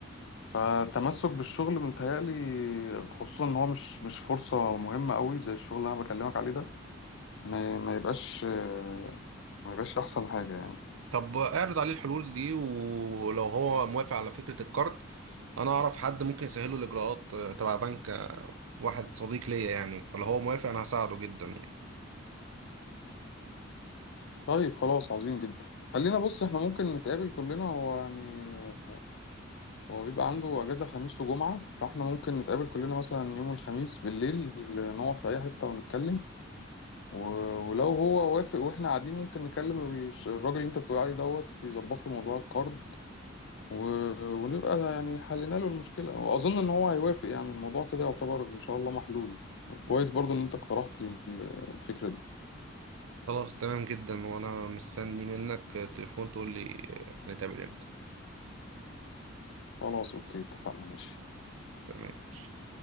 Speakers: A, on the left; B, on the right.
A: فتمسك بالشغل متهيألي خصوصا ان هو مش مش فرصة مهمة قوي زي الشغل اللي انا بكلمك عليه ده ما, ما يبقاش آه، ما يبقاش احسن حاجة يعني
B: طب اعرض عليه الحلول دي ولو هو موافق على فكرة الكارت انا اعرف حد ممكن يسهله الاجراءات آه، تبع بنك آه، واحد صديق ليا يعني فلو هو موافق انا هساعده جدا يعني
A: طيب خلاص عظيم جدا خلينا بص احنا ممكن نتقابل كلنا هو يعني هو بيبقى عنده أجازة خميس وجمعة فاحنا ممكن نتقابل كلنا مثلا يوم الخميس بالليل نقعد في أي حتة ونتكلم و- ولو هو وافق واحنا قاعدين ممكن نكلم الش- الراجل اللي انت بتقول عليه دوت يظبط له موضوع الكارد و- ونبقى يعني حلينا له المشكلة وأظن إن هو هيوافق يعني الموضوع كده يعتبر إن شاء الله محلول وكويس برضو إن انت اقترحت ال- الفكرة دي
B: خلاص تمام جدا وانا مستني منك آه، تليفون تقول لي آه، هنتقابل امتى
A: خلاص أوكي اتفقنا ماشي
B: تمام ماشي.